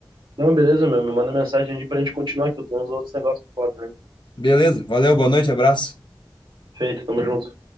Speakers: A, on the right (about 85°); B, on the left (about 75°).
A: Não, beleza, meu, me manda mensagem aí pra gente continuar, que eu tenho uns outros negócios pra falar também.
B: Beleza, valeu, boa noite, abraço.
A: Feito, tamo junto.